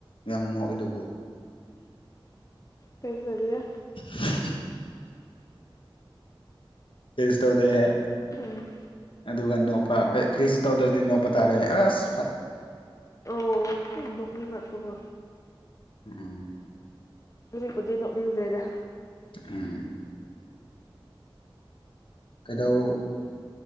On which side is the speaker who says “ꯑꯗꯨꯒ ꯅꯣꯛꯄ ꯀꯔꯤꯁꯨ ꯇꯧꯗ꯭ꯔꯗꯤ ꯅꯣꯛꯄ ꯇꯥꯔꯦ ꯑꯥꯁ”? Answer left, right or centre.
Left